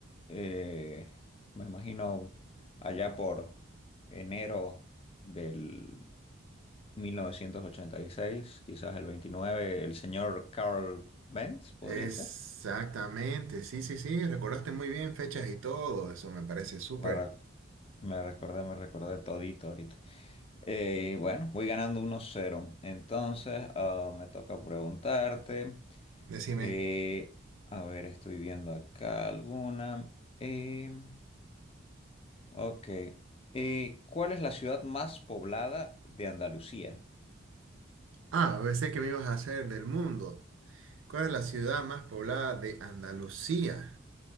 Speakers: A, on the left; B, on the right.
A: eh, me imagino, allá por enero del 1986, quizás el 29, el señor Carl Benz, podría
B: Exactamente,
A: ser.
B: sí, sí, sí, recordaste muy bien fechas y todo, eso me parece súper.
A: Me, re- me recordé, me recordé todito ahorita. Eh, bueno, voy ganando 1 cero, Entonces, ah, me toca preguntarte.
B: Decime.
A: eh, a ver, estoy viendo acá alguna. em, Ok. Eh, ¿cuál es la ciudad más poblada de Andalucía?
B: Ah, pensé que me ibas a hacer del mundo. ¿Cuál es la ciudad más poblada de Andalucía?